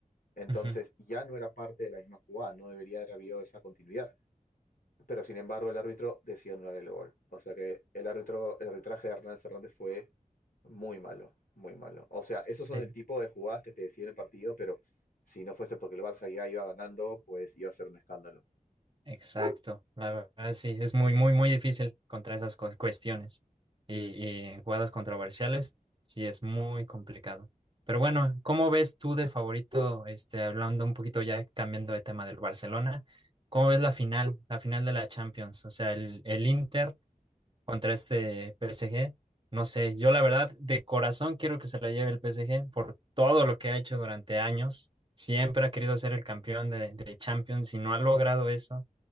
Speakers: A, on the left; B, on the right.
A: Entonces
B: ujú.
A: ya no era parte de la misma jugada, no debería haber habido esa continuidad. Pero sin embargo, el árbitro decidió anular el gol. O sea que el árbitro, el arbitraje de Hernán Hernández fue muy malo, muy malo. O sea, esos
B: Sí,
A: son el tipo de jugadas que te deciden el partido, pero si no fuese porque el Barça ya iba ganando, pues iba a ser un escándalo.
B: exacto. La verdad, sí, es muy, muy, muy difícil contra esas cu- cuestiones. Y, y en jugadas controversiales, sí, es muy complicado. Pero bueno, ¿cómo ves tú de favorito, este, hablando un poquito ya, cambiando de tema del Barcelona? ¿Cómo ves la final, la final de la Champions? O sea, el, el Inter. contra este PSG. No sé, yo la verdad de corazón quiero que se la lleve el PSG por todo lo que ha hecho durante años. Siempre ha querido ser el campeón de, de Champions y no ha logrado eso.